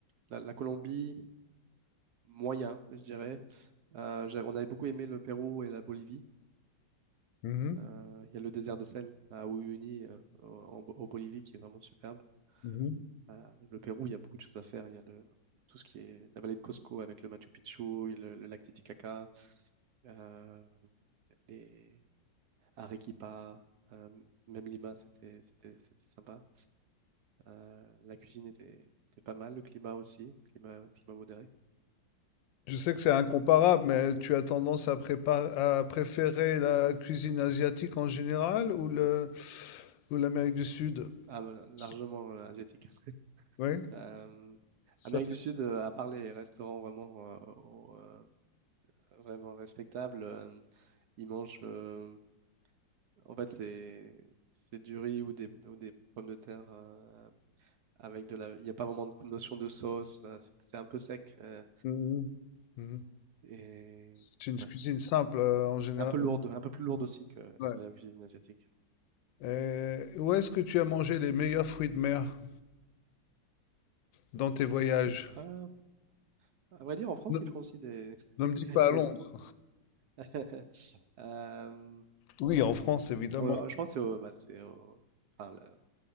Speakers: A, on the right (about 70°); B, on the left (about 80°).
A: la, la Colombie, moyen, je dirais. Euh, j'avais- on avait beaucoup aimé le Pérou et la Bolivie.
B: Mhm,
A: Euh, Il y a le désert de sel à Uyuni, euh, au, en au Bolivie, qui est vraiment superbe.
B: mhm.
A: Euh, le Pérou, il y a beaucoup de choses à faire. Il y a le, tout ce qui est la vallée de Cusco avec le Machu Picchu, le, le lac Titicaca, euh, les Arequipa, euh, même Lima, c'était c'était- c'était sympa. Euh, la cuisine était, était pas mal, le climat aussi, climat, climat modéré.
B: Je sais que c'est incomparable, mais tu as tendance à, prépa- à préférer la cuisine asiatique en général ou le ou l'Amérique du Sud?
A: Ah, voilà, largement
B: S-
A: euh, asiatique.
B: Oui,
A: Euh,
B: ça
A: Amérique
B: fait.
A: du Sud, euh, à part les restaurants vraiment, euh, au- euh, vraiment respectables, euh, Ils mangent. euh, en fait, c'est c'est du riz ou des, ou des pommes de terre euh, avec de la. Il n'y a pas vraiment de notion de sauce. euh, c'est c'est un peu sec euh,
B: Mhm. Mhm.
A: et
B: C'est une cuisine
A: ouais,
B: simple euh, en général.
A: un peu lourde, un peu plus lourde aussi que,
B: Ouais.
A: que la cuisine asiatique.
B: Euh, où est-ce que tu as mangé les meilleurs fruits de mer dans tes voyages?
A: Ah, à vrai dire, en France,
B: Ne,
A: ils font aussi des.
B: ne me dis
A: <laughs>
B: pas à
A: il
B: Londres.
A: y a- <laughs> Euh,
B: Oui, en France, évidemment.
A: au- je pense que c'est au, bah, c'est au, enfin, là,